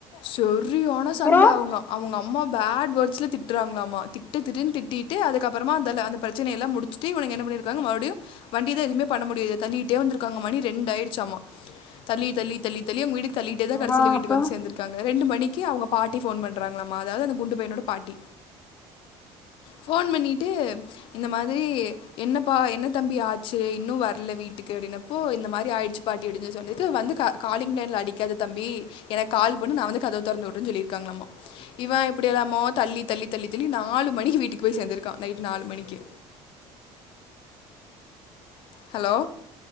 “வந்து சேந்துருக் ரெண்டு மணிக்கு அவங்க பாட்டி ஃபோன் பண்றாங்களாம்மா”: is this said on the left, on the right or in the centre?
Left